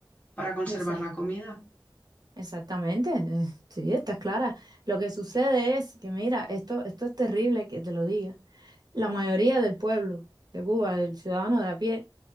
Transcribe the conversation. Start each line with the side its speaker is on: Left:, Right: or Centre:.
Left: para conservar
Right: esa-
Left: la comida.
Right: exactamente, eh, sí, está clara. Lo que sucede es que, mira, esto, esto es terrible que te lo diga. La mayoría del pueblo de Cuba, del ciudadano de a pie,